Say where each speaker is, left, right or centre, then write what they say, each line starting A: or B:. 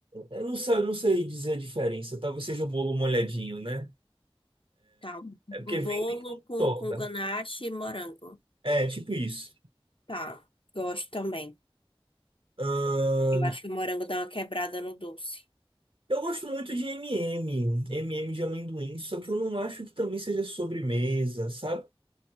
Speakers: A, on the right; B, on the left.
A: eu não sei, eu não sei dizer a diferença. Talvez seja o bolo molhadinho, né?
B: Tá. Um
A: É porque
B: um bolo
A: vem bem com
B: com,
A: torta.
B: com ganache e morango.
A: É, tipo isso.
B: Tá. Gosto também.
A: Ahn,
B: Eu acho que o morango dá uma quebrada no doce.
A: eu gosto muito de MM, MM de amendoim, só que eu não acho que também seja sobremesa, sabe?